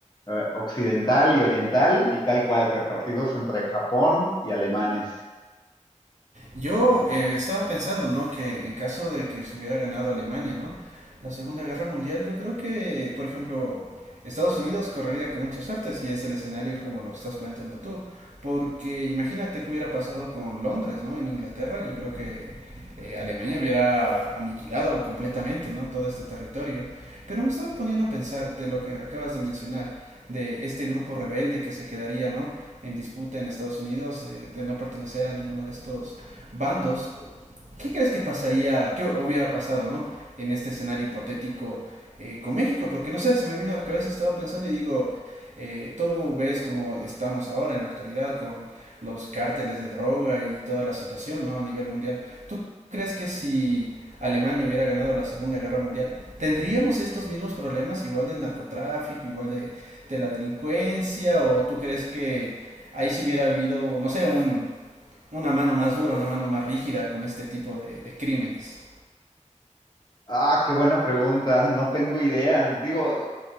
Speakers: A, on the left; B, on the right.
A: eh, occidental y oriental y tal cual, repartidos entre Japón y alemanes.
B: Yo eh, estaba pensando, ¿no? Que en caso de que se hubiera ganado Alemania, ¿no? La Segunda Guerra Mundial, yo creo que, por ejemplo, Estados Unidos correría con mucha suerte si es el escenario como lo estás planteando tú. Porque imagínate qué hubiera pasado con Londres, ¿no? En Inglaterra, yo creo que eh, Alemania hubiera aniquilado completamente, ¿no? Todo este territorio. Pero me estaba poniendo a pensar de lo que acabas de mencionar, de este grupo rebelde que se quedaría, ¿no? En disputa en Estados Unidos, eh, de no pertenecer a ninguno de estos bandos, ¿qué crees que pasaría, qué hubiera pasado, no? En este escenario hipotético eh, con México, porque no sé, se me vino a la cabeza, estaba pensando y digo, eh, tú ves como estamos ahora en la actualidad con los cárteles de droga y toda la situación, ¿no? A nivel mundial. ¿Tú crees que si Alemania hubiera ganado la Segunda Guerra Mundial, ¿tendríamos estos mismos problemas igual del narcotráfico, igual de, de la delincuencia? ¿O tú crees que ahí si hubiera habido, no sé, un, una mano más dura, una mano más rígida con este tipo de, de crímenes.
A: Ah, qué buena pregunta. No tengo idea. Digo,